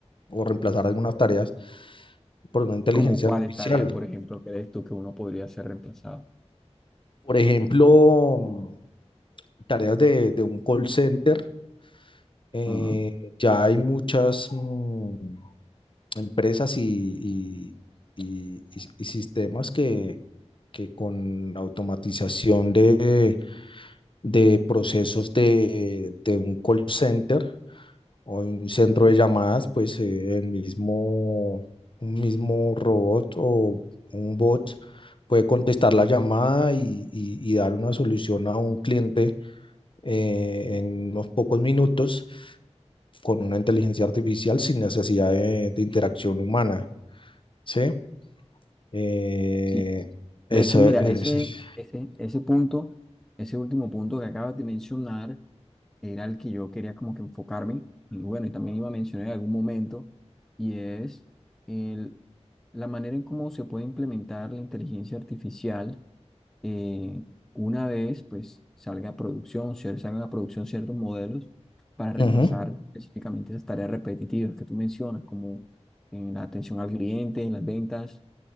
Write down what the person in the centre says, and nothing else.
¿Como cuáles
tareas, por ejemplo, crees tú que uno podría ser reemplazado?
Ujú,
Sí. es. De
hecho, mira,
ese, ese, ese punto, ese último punto que acabas de mencionar, era el que yo quería como que enfocarme, y bueno, y también iba a mencionar en algún momento, y es el, la manera en cómo se puede implementar la inteligencia artificial eh, una vez pues salga a producción, se salgan a producción ciertos modelos para reemplazar
específicamente esas tareas repetitivas que tú mencionas, como en la atención al cliente, en las ventas,